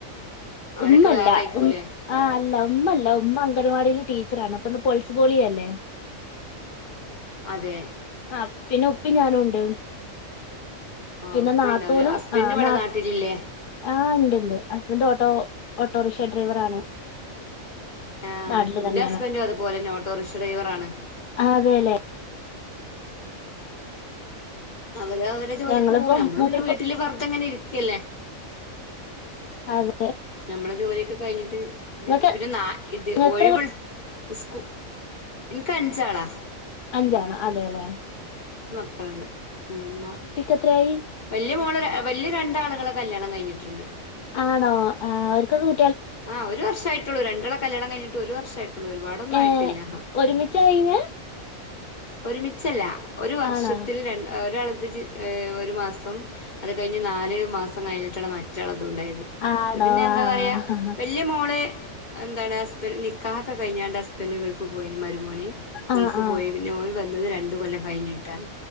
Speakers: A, on the left; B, on the left.
A: അവരൊക്കെ
B: ഉമ്മല്ല
A: വേറെ ആയിക്കൂലേ
B: ഉം ആ അല്ല ഉമ്മല്ല ഉമ്മ അംഗണവാടീല് ടീച്ചറാണ് അപ്പൊ ന്ന് <unintelligible>
A: അതെ
B: ആ പിന്നെ ഉപ്പി ഞാനുണ്ട്
A: ആ
B: പിന്നെ
A: ഉപ്പ
B: നാത്തൂനും
A: ഉണ്ടാവൂല ഹസ്ബൻഡ്
B: ആ
A: ഇവിടെ
B: ന്നാ
A: നാട്ടിലില്ലേ
B: ആ ണ്ട് ണ്ട് ഹസ്ബൻ്റ് ഓട്ടോ ഓട്ടോറിക്ഷ ഡ്രൈവർ ആണ്
A: ആ
B: നാട്ടില്
A: എന്റെ
B: തന്നെണ്
A: ഹസ്ബൻഡും അതുപോലെന്നെ ഓട്ടോറിക്ഷ ഡ്രൈവറാണ്
B: ആ അതെ ലെ
A: അവര് അവരെ ജോലിക്ക്
B: ഞങ്ങളിപ്പോ
A: പോവും നമ്മള്
B: മൂപ്പരിപ്പോ
A: പിന്നെ വീട്ടില് വെർതങ്ങനിരിക്കല്ലേ
B: അതെ
A: നമ്മളെ ജോലിയൊക്കെ കഴിഞ്ഞിട്ട് ണ്ടെങ്കിൽ
B: ഇങ്ങക്ക്
A: പിന്നെ നാ ഇത്
B: ഇങ്ങക്ക്
A: ഒയ്വ്ൾ
B: എത്ര കു-
A: സ്കു നിക്കഞ്ചാളാ
B: അഞ്ചാണ് അതെ ലേ
A: <unintelligible> ഉമ്മ
B: എത്രയായി
A: വെല്ല്യെ മോള് ആ വെല്ല്യെ രണ്ടാളുകളെ കല്ല്യാണം കഴിഞ്ഞിട്ട്ണ്ട്
B: ആണോ ആ അവര്ക്കൊക്കെ കു
A: ആ ഒരു വർഷായിറ്റൊള്ളൂ രണ്ടാള കല്ല്യാണം കഴിഞ്ഞിട്ടു ഒരു വർഷായ് റ്റൊള്ളു ഒരുപാടൊന്നു
B: ഏഹ്
A: ആയിട്ടില്ല
B: ഒരുമിച്ചാ കഴിഞ്ഞെ
A: ഒരുമിച്ചല്ല ഒരു വർഷത്തില്
B: ആണോ
A: രൺ ഒരാൾ <unintelligible> ഒരു മാസം അത് കഴിഞ്ഞ് നാല് മാസം കഴിഞ്ഞിട്ടാണ് മറ്റാള ഉണ്ടായത്
B: ആണോ
A: അത് പിന്നെ എന്താ
B: ആഹ്
A: പറയാ വല്യ മോള് എന്താണ് ഹസ്ബൻ നിക്കാഹൊക്കെ കഴിഞ്ഞാണ്ട് ഹസ്ബന്റ് ഗൾഫ് പോയിന് മരുമോന്
B: ആഹ്
A: ഗൾഫ്
B: ആഹ്
A: പോയി പിന്നെ ഓല് വന്നത് രണ്ട് കൊല്ലം കഴിഞ്ഞിട്ടാണ്